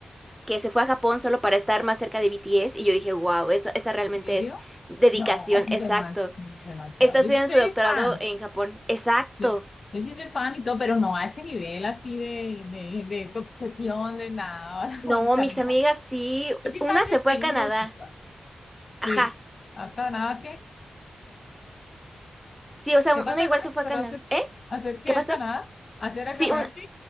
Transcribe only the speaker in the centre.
que se fue a Japón solo para estar más cerca de BTS y yo dije, wow, esa, esa realmente
es dedicación,
exacto.
Está
estudiando
su doctorado
en Japón, exacto.
No,
mis
amigas sí.
Una
se fue
a Canadá.
Ajá.
Sí, o sea,
un- una
igual se fue
a Canadá.
¿Eh?
¿Qué pasó?
Sí,
un,